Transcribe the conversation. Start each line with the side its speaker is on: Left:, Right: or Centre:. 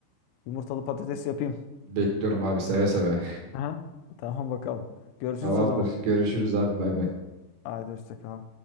Left: yumurtalı patates yapayım.
Right: Bekliyorum abi seve seve.
Left: Aha. Tamam bakalım.
Right: <laughs>
Left: Görüşürüz
Right: Tamamdır.
Left: o zaman.
Right: Görüşürüz abi bay bay.
Left: Haydi hoşça kal.